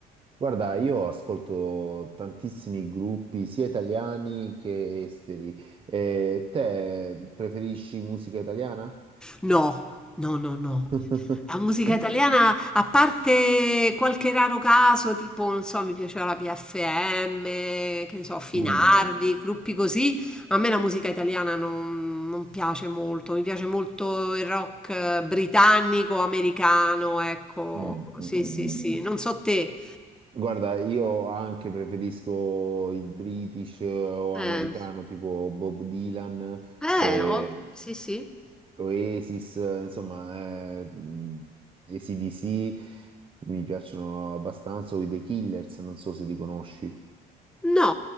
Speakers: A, on the right; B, in the centre.
A: Guarda, io ascolto tantissimi gruppi, sia italiani che esteri. Eh, te preferisci musica italiana?
B: No, no, no, no.
A: <laughs>
B: La musica italiana, a parte qualche raro caso, tipo, non so, mi piaceva la PFM, che ne so, Finardi,
A: Mm,
B: gruppi così, a me la musica italiana non, non piace molto, mi piace molto il rock eh, britannico, americano, ecco,
A: mm,
B: sì,
A: mm, mm.
B: sì, sì, non so te.
A: Guarda, io anche preferisco il British eh, o
B: Eh,
A: americano, tipo Bob Dylan,
B: eh,
A: eh,
B: ho- sì, sì.
A: Oasis, eh, insomma, eh, mm, AC/DC mi piacciono abbastanza, o i The Killers, non so se li conosci.
B: No,